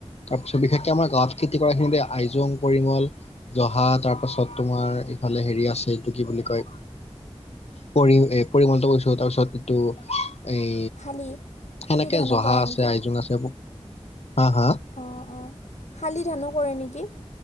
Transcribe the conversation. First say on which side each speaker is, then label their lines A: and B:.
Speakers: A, on the left; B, on the left.
A: তাৰপিছত বিশেষকে আমাৰ গাঁৱত খেতি কৰা খিনিতে আইজং, পৰিমল জহা তাৰ পাছত তোমাৰ ইফালে হেৰি আছে এইটো কি বুলি কয় পৰি এই পৰিমলটো কৈছোঁ তাৰপিছত এইটো এই
B: শালি
A: সেনেকে
B: শালি ধানো
A: জহা
B: কৰে
A: আছে,
B: নেকি
A: আইজোং আছে <unintelligible> হা, হা
B: অ', অ' শালি ধানো কৰে নেকি?